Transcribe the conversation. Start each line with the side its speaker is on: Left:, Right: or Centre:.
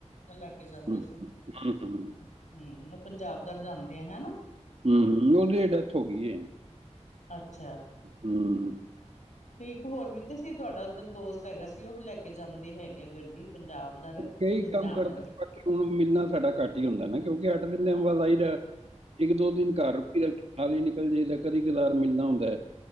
Left: ਲੈ ਕੇ ਜਾਂਦੇ
Right: ਹੂੰ
Left: ਸੀ
Right: ਹੂੰ
Left: ਹਮ ਪੰਜਾਬ ਦਾ ਜਾਂਦੇ ਆ ਹਨਾ
Right: ਹਮ ਉਹਦੇ ਡੈਥ ਹੋ ਗਈ ਹੈ।
Left: ਅੱਛਾ।
Right: ਹਮ
Left: ਤੇ ਇੱਕ ਹੋਰ ਵੀ ਤੇ ਸੀ ਤੁਹਾਡਾ ਉੱਧਰ ਦੋਸਤ ਹੈਗਾ ਸੀ ਉਹ ਵੀ ਲੈ ਕੇ ਜਾਂਦੇ ਹੈਗੇ ਗੱਡੀ ਪੰਜਾਬ ਦਾ ਲੁਧਿਆਣੇ
Right: ਕਈ ਕੰਮ ਕਰਦੇ
Left: ਦਾ
Right: ਨੇ ਬਾਕੀ ਹੁਣ ਮਿਲਣਾ ਸਾਡਾ ਘੱਟ ਹੀ ਹੁੰਦਾ ਨਾ ਕਿਉਂਕਿ ਅੱਠ ਦਿਨ ਦੇ
Left: ਅ
Right: ਬਾਦ ਆਈ ਦਾ ਇੱਕ ਦੋ ਦਿਨ ਘਰ ਰੁਕੀ ਦਾ ਨਾਲ ਹੀ ਨਿਕਲ ਜਾਈਦਾ ਕਦੀ ਕਦਾਰ ਮਿਲਣਾ ਹੁੰਦਾ ਹੈ।